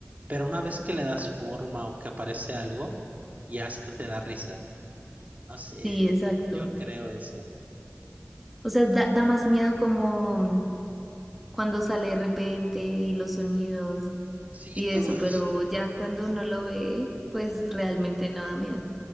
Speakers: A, on the right; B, in the centre.
A: Pero una vez que le das forma o que aparece algo, ya hasta te da risa. No sé,
B: sí, exacto.
A: yo, yo creo eso.
B: O sea, da, da más miedo como mm, cuando sale de repente y los sonidos
A: Sí,
B: y
A: todo
B: eso,
A: eso.
B: pero ya cuando uno lo ve, pues realmente no da miedo.